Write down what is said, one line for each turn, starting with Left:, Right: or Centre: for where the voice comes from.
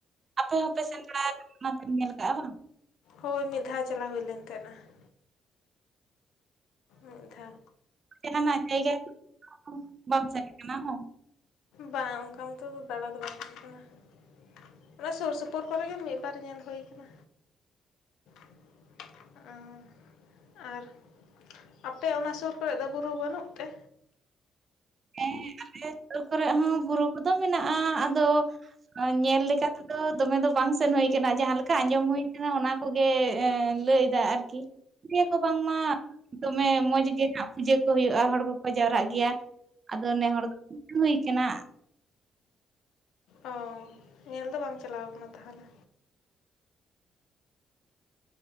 Right: ᱟᱯᱮ ᱦᱚᱸᱯᱮ ᱥᱮᱱ ᱵᱟᱲᱟᱠᱟᱱᱟ ᱚᱱᱟᱛᱮᱢ ᱧᱮᱞ ᱠᱟᱜᱼᱟ ᱵᱟᱝ
Left: ᱦᱳᱭ ᱢᱤᱫ ᱫᱷᱟᱣ ᱪᱟᱞᱟᱣ ᱦᱳᱭᱞᱮᱱ ᱛᱟᱸᱦᱮᱱᱟ ᱾ ᱢᱤᱫᱫᱷᱟ ᱾
Right: ᱪᱮᱱᱟᱱᱟᱜ ᱡᱟᱭᱜᱟ ᱠᱚ ᱵᱟᱢ ᱥᱮᱱ ᱠᱟᱱᱟ ᱵᱟᱝ?
Left: ᱵᱟᱝ ᱚᱱᱠᱟ ᱢᱚᱛᱚ ᱫᱚ ᱫᱟᱬᱟ ᱫᱚ ᱵᱟᱭ ᱦᱩᱭ ᱠᱟᱱᱟ ᱾ ᱚᱱᱟ ᱥᱩᱨ ᱥᱩᱯᱩᱨ ᱠᱚᱨᱮᱜ ᱜᱮ ᱢᱤᱫᱵᱟᱨ ᱧᱮᱞ ᱦᱳᱭ ᱠᱟᱱᱟ ᱾ ᱚᱸ ᱟᱨ, ᱟᱯᱮ ᱚᱱᱟ ᱥᱩᱨ ᱠᱚᱨᱮ ᱫᱚ ᱵᱩᱨᱩ ᱵᱟᱹᱱᱩᱜ ᱛᱮ?
Right: ᱦᱮᱸ ᱟᱞᱮ ᱥᱩᱨ ᱠᱚᱨᱮ ᱦᱚᱸ ᱵᱩᱨᱩ ᱠᱚᱫᱚ ᱢᱮᱱᱟᱜᱼᱟ ᱟᱫᱚ ᱧᱮᱞ ᱞᱮᱠᱟᱛᱮᱫᱚ ᱫᱚᱢᱮ ᱫᱚ ᱵᱟᱝ ᱥᱮᱱ ᱦᱳᱭ ᱟᱠᱟᱱᱟ ᱡᱟᱸᱦᱟ ᱞᱮᱠᱟ ᱟᱸᱡᱚᱢ ᱦᱳᱭ ᱟᱠᱟᱱᱟ ᱚᱱᱟ ᱠᱚᱜᱮ ᱞᱟᱹᱭ ᱮᱫᱟ ᱟᱨᱠᱤ ᱞᱟᱹᱭ ᱟᱠᱚ ᱵᱟᱝᱢᱟ ᱫᱚᱢᱮ ᱢᱚᱡᱽ ᱜᱮ ᱱᱟᱜ ᱯᱩᱡᱟᱹ ᱠᱚ ᱦᱳᱭᱳᱜᱼᱟ ᱦᱚᱲ ᱠᱚᱠᱚ ᱡᱟᱣᱨᱟᱜ ᱜᱮᱭᱟ ᱾ ᱟᱫᱚ ᱱᱮ ᱦᱚᱲ ᱫᱚ <unintelligible> ᱠᱟᱱᱟ
Left: ᱚ ᱧᱮᱞ ᱫᱚ ᱵᱟᱢ ᱪᱟᱞᱟᱣ ᱠᱟᱱᱟ ᱛᱟᱦᱚᱞᱮ?